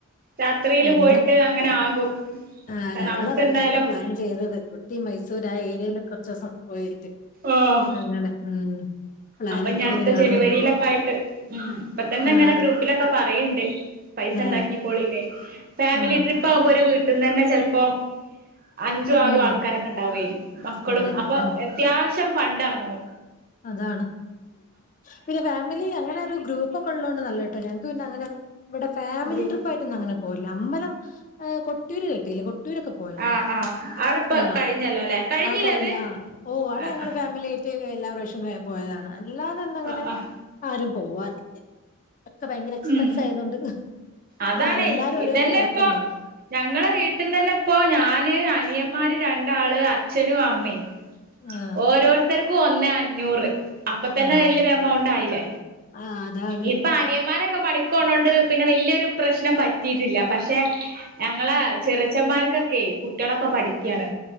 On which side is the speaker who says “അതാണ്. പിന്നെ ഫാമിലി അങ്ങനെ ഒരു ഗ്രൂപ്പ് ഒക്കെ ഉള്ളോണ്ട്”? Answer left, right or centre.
Left